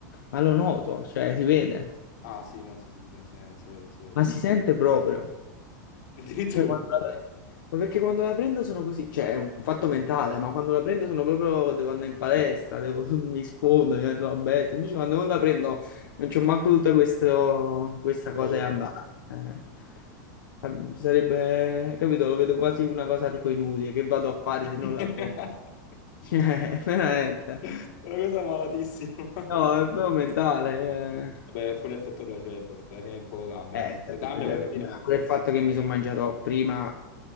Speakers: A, on the left (about 80°); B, on the left (about 60°).
A: ma lo noto, cioè si vede,
B: Ah, sì, no, sì, sì, si vede, si vede, si vede.
A: ma si sente proprio.
B: Addirittura,
A: Cioè, quando la pre- Ma perché quando la prendo sono così, cioè è un fatto mentale, ma quando la prendo sono proprio, devo andare in palestra, devo- <laughs> mi sfondo, divento una bestia, invece quando non la prendo non c'ho manco tutta questo- questa cosa
B: la voglio.
A: di andare. Eh, eh, sarebbe, capito, lo vedo quasi una cosa tipo inutile, che vado a fare
B: <laughs>
A: se non la prendo? <laughs> Cioè, veramente.
B: È una cosa malatissima.
A: No, è proprio mentale. eh.
B: Vabbè, fu l'effetto placebo, perché alla fine poco cambia.
A: Eh,
B: quella-
A: effetto
B: cioè, cambia
A: placebo.
B: quella creatina, ma...
A: Pure il fatto che mi sono mangiato prima,